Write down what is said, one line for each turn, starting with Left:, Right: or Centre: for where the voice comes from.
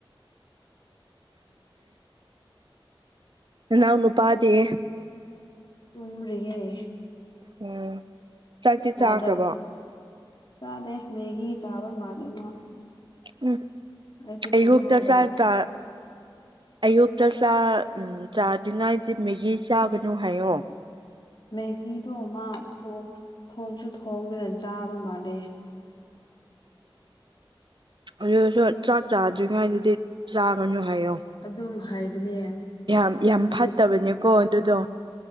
Right: ꯑꯗꯦ ꯅꯎꯅ ꯄꯗꯤꯦ
Left: ꯇꯨꯝꯔꯤꯩ
Right: ꯎꯝ ꯆꯥꯛꯇꯤ
Left: ꯃꯥꯗꯣ
Right: ꯆꯥꯈ꯭ꯔꯕꯣ
Left: ꯆꯥꯗꯦ ꯃꯦꯒꯤ ꯆꯥꯕ ꯃꯥꯜꯂꯦ ꯃꯥ
Right: ꯎꯝ
Left: ꯑꯩꯗꯤ
Right: ꯑꯌꯨꯛꯇ
Left: ꯈꯪꯍꯧꯗꯕ
Right: ꯆꯥ ꯇ ꯑꯌꯨꯛꯇ ꯎꯝ ꯆꯥꯗ꯭ꯉꯗꯤ ꯃꯦꯒꯤ ꯆꯥꯒꯅꯨ ꯍꯥꯏꯌꯣ
Left: ꯃꯦꯒꯤꯗꯣ ꯃꯥ ꯊ ꯊꯣꯡꯁꯨ ꯊꯣꯡꯗꯅ ꯆꯥꯕ ꯃꯥꯜꯂꯦ
Right: ꯑꯗꯨꯁꯨ ꯆꯥꯛ ꯆꯥꯗ꯭ꯔꯤꯉꯩꯗꯗꯤ ꯆꯥꯒꯅꯨ ꯍꯥꯏꯌꯣ
Left: ꯑꯗꯨꯝ ꯍꯥꯏꯕꯅꯦ
Right: ꯌꯥꯝ ꯌꯥꯝ
Left: ꯑꯗꯨ
Right: ꯐꯠꯇꯕꯅꯦꯀꯣ ꯑꯗꯨꯗꯣ